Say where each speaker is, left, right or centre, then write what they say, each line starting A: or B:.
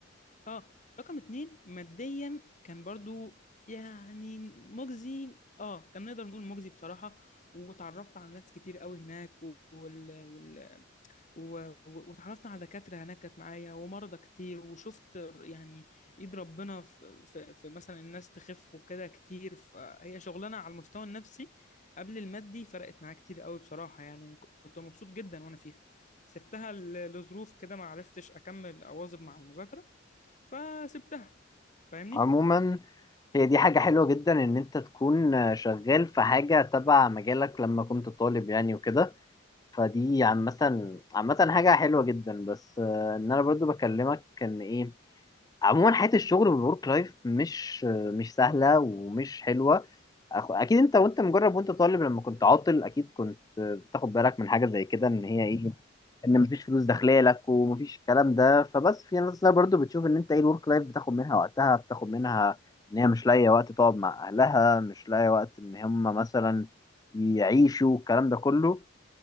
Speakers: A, on the left; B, on the left.
A: اه رقم اتنين ماديا كان برضو يعني مجزي اه كان نقدر نقول مجزي بصراحة وتعرفت على ناس كتير قوي هناك و- وال... وال... و... و- وتعرفت على دكاترة هناك كانت معايا ومرضى كتير وشفت ر- يعني ايد ربنا في, في... في مثلا الناس تخف وكده كتير فهي شغلانة على المستوى النفسي قبل المادي فرقت معايا كتير قوي بصراحة يعني كنت مبسوط جدا وانا فيها سبتها ل- لظروف كده ما عرفتش اكمل اواظب مع المذاكرة فسبتها فاهمني
B: عموما هي دي حاجة حلوة جدا إن أنت تكون شغال في حاجة تبع مجالك لما كنت طالب يعني وكده فدي عامة عامة حاجة حلوة جدا بس آه، إن أنا برضو بكلمك إن إيه عموما حياة الشغل والورك لايف مش مش سهلة ومش حلوة أخ- أكيد أنت وأنت مجرب وأنت طالب لما كنت عاطل أكيد كنت بتاخد بالك من حاجة زي كده إن هي إيه إن مفيش فلوس داخلة لك ومفيش الكلام ده فبس في ناس لا برضو بتشوف إن أنت إيه الورك لايف بتاخد منها وقتها بتاخد منها إن هي مش لاقية وقت تقعد مع أهلها مش لاقية وقت إن هم مثلا يعيشوا الكلام ده كله